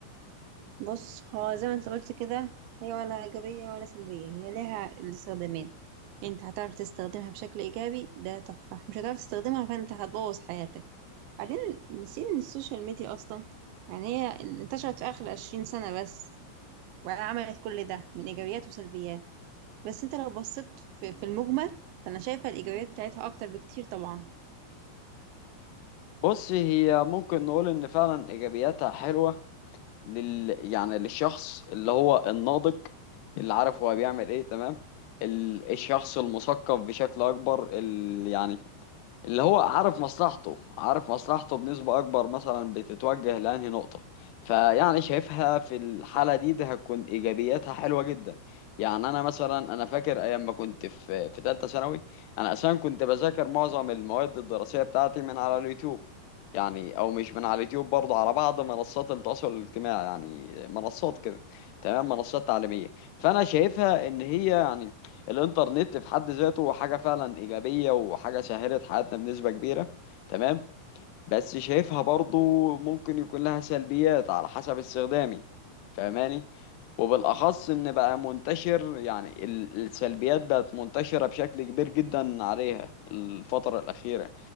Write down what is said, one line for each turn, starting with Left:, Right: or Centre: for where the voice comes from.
Right: بص هو زي ما انت قلت كده هي ولا ايجابيه ولا سلبيه هي ليها الاستخدامين انت هتعرف تستخدمها بشكل ايجابي ده تحفه مش هتعرف تستخدمها فانت هتبوظ حياتك بعدين نسينا إن السوشيال ميديا اصلا يعني هي انتشرت في اخر 20 سنه بس وعملت كل ده من ايجابيات وسلبيات بس انت لو بصيت في, في المجمل فانا شايفه الايجابيات بتاعتها اكتر بكتير طبعا
Left: بص هي ممكن نقول ان فعلا ايجابياتها حلوة لل يعني للشخص اللي هو الناضج اللي عارف هو بيعمل ايه تمام ال- الشخص المثقف بشكل اكبر اللي يعني اللي هو عارف مصلحته عارف مصلحته بنسبة أكبر مثلا بتتوجه لأنهي نقطة فيعني شايفها في الحالة دي ده هتكون إيجابياتها حلوة جدا يعني أنا مثلا أنا فاكر أيام ما كنت في في تالتة ثانوي أنا أساسا كنت بذاكر معظم المواد الدراسية بتاعتي من على اليوتيوب يعني أو مش من على اليوتيوب برضه على بعض منصات التواصل الاجتماعي يعني منصات كده تمام منصات تعليمية فأنا شايفها إن هي يعني الانترنت في حد ذاته حاجة فعلا إيجابية وحاجة سهلت حياتنا بنسبة كبيرة تمام بس شايفها برضو ممكن يكون لها سلبيات على حسب استخدامي فاهماني وبالأخص إن بقى منتشر يعني ال- السلبيات بقت منتشرة بشكل كبير جدا عليها الفترة الأخيرة